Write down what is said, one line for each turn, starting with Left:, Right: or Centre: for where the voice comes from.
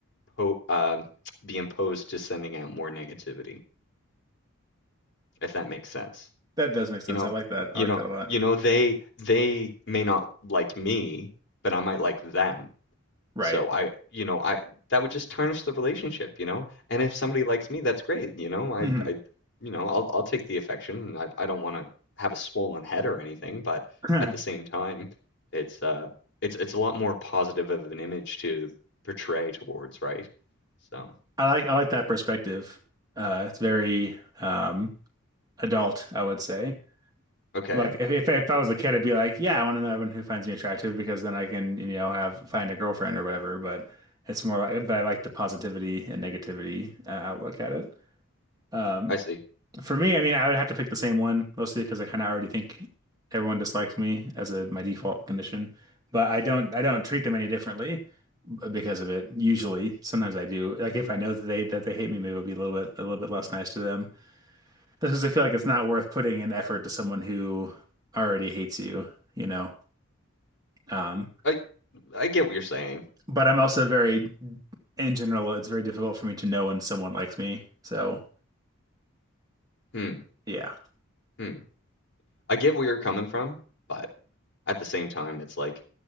Left: po- um, be imposed to sending out more negativity, if that makes sense.
Right: that does make sense.
Left: You know,
Right: I like that.
Left: you
Right: I like
Left: know,
Right: that a lot.
Left: you know, they they may not like me, but I might like them.
Right: Right.
Left: So I, you know, I that would just tarnish the relationship, you know. And if somebody likes me, that's great, you know. I,
Right: hmm
Left: I, you know, I'll I'll take the affection. and I I don't want to have a swollen head or anything, but
Right: <laughs>
Left: at the
Right: I
Left: same time, it's uh, it's it's a lot more positive of an image to portray towards, right? So
Right: like I like that perspective. Uh, it's very um, adult, I would say.
Left: okay,
Right: Like if, if I, if I was a kid, I'd be like, yeah, I want to know everyone who finds me attractive because then I can, you know, have find a girlfriend or whatever. But it's more like, but I like the positivity and negativity uh, outlook at it. Um,
Left: I see.
Right: for me, I mean, I would have to pick the same one mostly because I kind of already think everyone dislikes me as a my default condition. But I don't I don't treat them any differently uh, because of it. Usually, sometimes I do. Like if I know that they that they hate me, maybe it'll be a little bit a little bit less nice to them. That's because I feel like it's not worth putting an effort to someone who already hates you, you know. Um,
Left: I I get what you're saying.
Right: but I'm also very, in general, it's very difficult for me to know when someone likes me. So
Left: Hmm,
Right: yeah.
Left: hmm. I get where you're coming from, but. at the same time, it's like